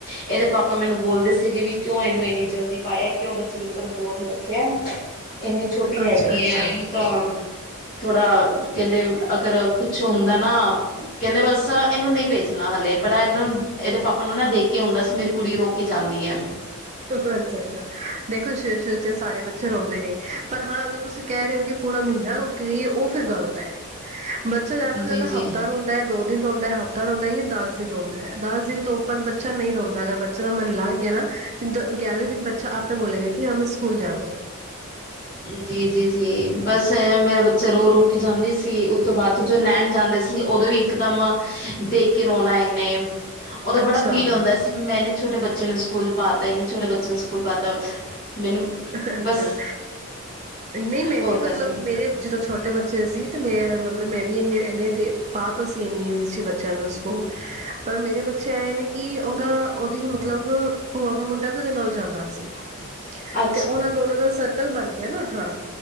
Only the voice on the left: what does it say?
ਇਹਦੇ ਪਾਪਾ ਮੈਨੂੰ ਬੋਲਦੇ ਸੀਗੇ ਵੀ ਕਿਉਂ ਇਹਨੂੰ ਇੰਨੀ ਜਲਦੀ ਪਾਇਆ ਕਿਊ ਬੱਚੇ ਦੇ ਉੱਪਰ ਬੋਝ ਰੱਖਿਆ ਇੰਨੀ ਛੋਟੀ ਹੈਗੀ
ਐ ਇਹਨੂੰ ਤਾਂ ਥੋੜਾ ਕਹਿੰਦੇ ਅਗਰ ਕੁਛ ਹੁੰਦਾ ਨਾ ਕਹਿੰਦੇ ਬਸ ਇਹਨੂੰ ਨਹੀਂ ਭੇਜਣਾ ਹਲੇ ਬੜਾ ਇਹਨਾਂ ਨੂੰ ਇਹਦੇ ਪਾਪਾ ਨੂੰ ਨਾ ਦੇਖ ਕੇ ਹੁੰਦਾ ਸੀ ਮੇਰੀ ਕੁੜੀ ਰੋ ਕੇ ਜਾਂਦੀ ਐ।
ਜੀ
ਜੀ
ਜੀ ਜੀ ਜੀ, ਬਸ ਐ ਮੇਰਾ ਬੱਚਾ ਰੋ ਰੋ ਕੇ ਜਾਂਦੀ ਸੀ, ਉਸ ਤੋਂ ਬਾਅਦ ਚ ਜੋ ਲੈਣ ਜਾਂਦੇ ਸੀ ਉਦੋਂ ਵੀ ਇਕਦਮ ਦੇਖ ਕੇ ਰੋਣਾ ਇਹਨੇ ਉਦੋਂ
ਬੜਾ ਫੀਲ ਹੁੰਦਾ ਸੀ ਵੀ ਮੈਂਨੇ ਛੋਟੇ ਬੱਚੇ ਨੂੰ ਸਕੂਲ ਪਾਤਾ ਇਹਨੇ ਛੋਟੇ ਬੱਚੇ ਨੂੰ ਸਕੂਲ ਪਾਤਾ। ਮੈਨੂੰ
ਬਸ
ਹੁੰਦਾ
ਸੀ
ਅ